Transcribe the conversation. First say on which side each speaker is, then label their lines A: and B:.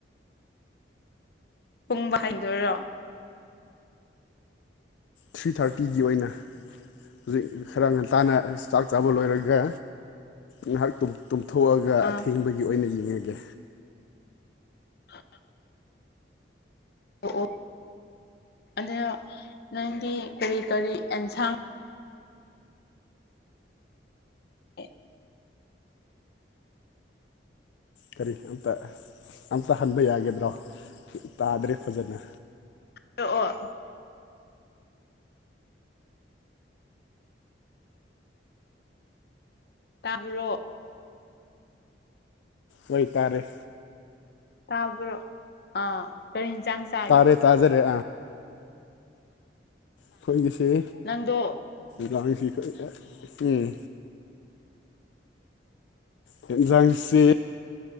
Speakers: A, on the left; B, on the left.
A: ꯄꯨꯡꯕ ꯍꯗꯣꯏꯔꯣ
B: ꯊ꯭ꯔꯤ ꯊꯥꯔꯇꯤꯒꯤ ꯑꯣꯏꯅ ꯍꯧꯖꯤꯛ ꯈꯔ ꯉꯟꯇꯥꯅ ꯆꯥꯛ ꯆꯥꯕ ꯂꯣꯏꯔꯒ ꯉꯥꯏꯍꯥꯛꯇꯨꯝ ꯇꯨꯝꯊꯣꯛꯑꯒ
A: ꯑꯥ
B: ꯑꯊꯦꯡꯕꯒꯤ ꯑꯣꯏꯅ ꯌꯦꯡꯉꯒꯦ
A: ꯍ ꯑꯣ ꯑ ꯅꯪꯗꯤ ꯀꯔꯤ ꯀꯔꯤ ꯑꯦꯟꯁꯥꯡ ꯎ
B: ꯀꯔꯤ ꯑꯝꯇ ꯑꯝꯇ ꯍꯟꯕ ꯌꯥꯒꯗ꯭ꯔꯣ ꯇꯥꯗ꯭ꯔꯦ ꯐꯖꯅ
A: ꯑꯣ ꯑꯣ ꯇꯥ꯭ꯔꯣ
B: ꯑꯣꯏꯇꯥꯔꯦ
A: ꯇꯥꯕ꯭ꯔꯣ ꯑꯥ ꯀꯔꯤ ꯌꯦꯟꯁꯥꯡ ꯆꯥ
B: ꯇꯔꯦ ꯇꯥꯖꯔꯦ ꯑꯩꯈꯣꯏꯒꯤꯁꯤ
A: ꯅꯪꯗꯣ
B: ꯂꯥꯡꯁꯤ ꯎꯝ ꯊꯦꯟꯖꯥꯡꯁꯤ